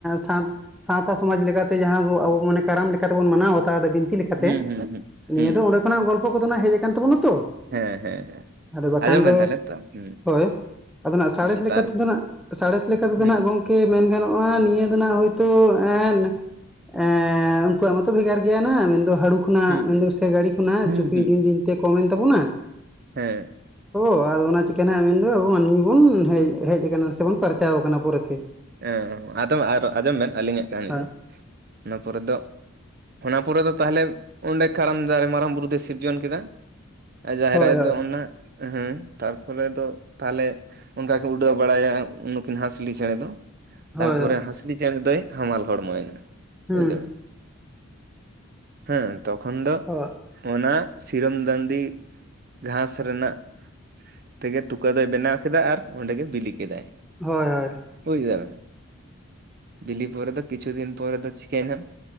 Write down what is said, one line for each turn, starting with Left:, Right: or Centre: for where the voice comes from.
Centre: <inaudible> ᱥᱟᱶᱛᱟ ᱥᱚᱢᱟᱡ ᱞᱮᱠᱟᱛᱮ ᱡᱟᱦᱟᱸᱵᱚ ᱟᱵᱚ ᱢᱟᱱᱮ ᱠᱟᱨᱟᱢ ᱞᱮᱠᱟᱛᱮ ᱵᱚᱱ ᱢᱟᱱᱟᱣ ᱵᱟᱛᱟᱣ ᱫᱟᱵᱤᱱ᱾ ᱛᱤ ᱞᱮᱠᱟᱛᱮ
Right: ᱦᱩᱸ ᱦᱩᱸ ᱦᱩᱸ
Centre: ᱱᱤᱭᱟᱹ
Right: ᱦᱩᱸ
Centre: ᱫᱚ ᱚᱸᱰᱮ ᱠᱷᱚᱱᱟᱜ ᱜᱚᱞᱯᱚ ᱠᱚᱫᱚ ᱱᱟᱜ ᱦᱮᱡ ᱟᱠᱟᱱ ᱛᱟᱵᱚᱱᱟ ᱛᱚ᱾
Right: ᱦᱮᱸ ᱦᱮᱸ ᱦᱮᱸ
Centre: ᱟᱫᱚ ᱵᱟᱠᱷᱟᱱ
Right: ᱟᱸᱡᱚᱢᱮᱱ
Centre: ᱫᱚ
Right: ᱛᱟᱦᱞᱮ ᱛᱚ ᱦᱩᱸ
Centre: ᱦᱳᱭ ᱟᱫᱚ ᱱᱟᱜ ᱥᱟᱬᱮᱸᱥ
Right: ᱦᱩᱸ
Centre: ᱞᱮᱠᱟ
Right: ᱛᱟᱨ
Centre: ᱛᱮᱫᱚ ᱱᱟᱸᱜ ᱥᱟᱬᱮᱸᱥ ᱞᱮᱠᱟ ᱛᱮᱫᱚ
Right: ᱦᱩᱸ
Centre: ᱱᱟᱸᱜ ᱜᱚᱝ ᱝᱠᱮ ᱢᱮᱱ ᱜᱟᱱᱚᱜ-ᱟ ᱱᱤᱭᱟᱹ ᱫᱚ ᱱᱟᱸᱜ ᱦᱳᱭᱛᱳ ᱮᱸᱱ ᱮᱻ ᱩᱱᱠᱩᱣᱟᱜ ᱢᱟᱛᱚ ᱵᱷᱮᱜᱟᱨ ᱜᱮᱭᱟ ᱱᱟ ᱢᱮᱱᱫᱚ ᱦᱟᱲᱩ ᱠᱷᱚᱱᱟᱜ
Right: ᱦᱩᱸ
Centre: ᱢᱮᱱ ᱫᱚ ᱥᱮ ᱜᱟᱹᱲᱤ ᱠᱷᱚᱱᱟᱜ
Right: ᱦᱩᱸ
Centre: ᱪᱩᱯᱤ
Right: ᱦᱩᱸ
Centre: ᱫᱤᱱ ᱫᱤᱱ ᱛᱮ ᱠᱚᱢ ᱮᱱ ᱛᱟᱵᱚᱱᱟ᱾
Right: ᱦᱮᱸ
Centre: ᱚᱻ ᱟᱫᱚ ᱚᱱᱟ ᱪᱤᱠᱟᱹ ᱦᱟᱸᱜ ᱢᱮᱱᱫᱚ ᱟᱵ ᱢᱟᱹᱱᱢᱤ ᱵᱚᱱ ᱦᱮᱡ ᱦᱮᱡ ᱟᱠᱟᱱᱟ ᱥᱮ ᱵᱚᱱ ᱯᱟᱨ ᱪᱟᱣ ᱠᱟᱱᱟ ᱯᱚᱨᱮ ᱛᱮ᱾
Right: ᱮ ᱚ ᱟᱫᱚ ᱟᱨ ᱟᱸᱡᱚᱢ ᱵᱮᱱ ᱟᱹᱞᱤᱧᱟᱜ ᱠᱟᱹᱦᱱᱤ
Centre: ᱦᱳᱭ
Right: ᱫᱚ ᱚᱱᱟ ᱯᱚᱨᱮ ᱫᱚ ᱚᱱᱟ ᱯᱚᱨᱮ ᱫᱚ ᱛᱟᱞᱦᱮ ᱚᱸᱰᱮ ᱠᱟᱨᱟᱢ ᱫᱟᱨᱮ ᱢᱟᱨᱟᱝ ᱵᱩᱨᱩ ᱫᱚᱭ ᱥᱤᱨᱡᱚᱱ ᱠᱮᱫᱟ᱾ ᱟ ᱡᱟᱦᱮᱨ
Centre: ᱦᱳᱭ
Right: ᱟᱭᱚ
Centre: ᱦᱳᱭ
Right: ᱫᱚ ᱚᱱᱟ ᱦᱮᱸ ᱛᱟᱨᱯᱚᱨᱮ ᱫᱚ ᱛᱟᱦᱞᱮ ᱚᱝᱠᱟ ᱜᱮ ᱠᱚ ᱩᱰᱟᱹᱣ ᱵᱟᱲᱟᱭᱟ ᱱᱩᱠᱤᱱ ᱦᱟᱸᱥᱞᱤ ᱪᱮᱸᱬᱮ ᱫᱚ᱾ ᱛᱟᱨᱯᱚᱨᱮ
Centre: ᱦᱳᱭ
Right: ᱦᱟᱸᱥᱞᱤ ᱪᱮᱸᱬᱮ ᱫᱚᱭ ᱦᱟᱢᱟᱞ ᱦᱚᱲᱢᱚᱭ ᱱᱟ
Centre: ᱦᱩᱸ
Right: ᱵᱩᱡ ᱫᱟᱵᱮᱱ᱾ ᱦᱮᱸ ᱛᱚᱠᱷᱚᱱ ᱫᱚ
Centre: ᱦᱳᱭ
Right: ᱚᱱᱟ ᱥᱤᱨᱚᱢ ᱫᱟᱸᱱᱫᱤ ᱜᱷᱟᱸᱥ ᱨᱮᱱᱟᱜ ᱛᱮᱜᱮ ᱛᱩᱠᱟᱹ ᱫᱚᱭ ᱵᱮᱱᱟᱣ ᱠᱮᱫᱟ ᱟᱨ ᱚᱸᱰᱮ ᱜᱮ ᱵᱤᱞᱤ ᱠᱮᱫᱟᱭ᱾
Centre: ᱦᱚᱭ ᱦᱚᱭ᱾
Right: ᱵᱩᱡ ᱠᱮᱫᱟ ᱵᱮᱱ ᱵᱤᱞᱤ ᱯᱚᱨᱮ ᱫᱚ ᱠᱤᱪᱷᱩ ᱫᱤᱱ ᱯᱚᱨᱮ ᱫᱚ ᱪᱤᱠᱟᱭᱱᱟ